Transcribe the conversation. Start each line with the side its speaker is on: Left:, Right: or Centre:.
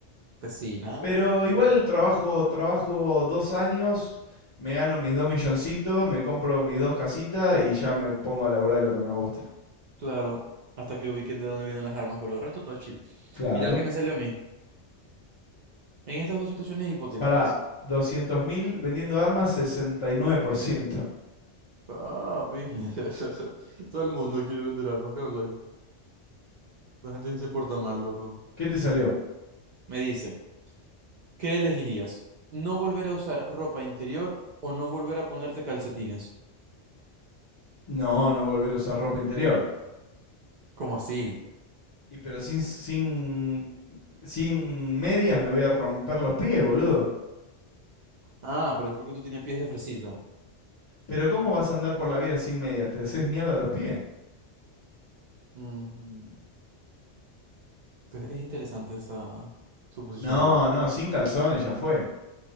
Right: Vecina.
Left: Pero igual trabajo, trabajo dos años, me gano mis dos milloncitos, me compro mis dos casitas y ya me pongo a laburar de lo que me gusta.
Right: Claro, hasta que ubiquen de dónde vienen las armas, pero de resto todo chill.
Left: Claro.
Right: Mira el que me salió a mí. En estas dos situaciones hipotéticas.
Left: Para 200.000 vendiendo armas, 69%.
Right: Papi, <laughs> todo el mundo quiere vender armas, ¿qué habláis? La gente sí se porta mal, loco.
Left: ¿Qué te salió?
Right: Me dice, ¿qué elegirías? ¿No volver a usar ropa interior o no volver a ponerte calcetines?
Left: No, no volver a usar ropa interior.
Right: ¿Cómo así?
Left: Y pero sin, sin, sin medias me voy a romper los pies, boludo.
Right: Ah, pero es porque tú tienes pies de fresita.
Left: Pero ¿cómo vas a andar por la vida sin medias? ¿Te haces mierda los pies?
Right: Ujú. Pues es interesante esa suposición,
Left: No,
Right: la verdad.
Left: no, sin calzones ya fue.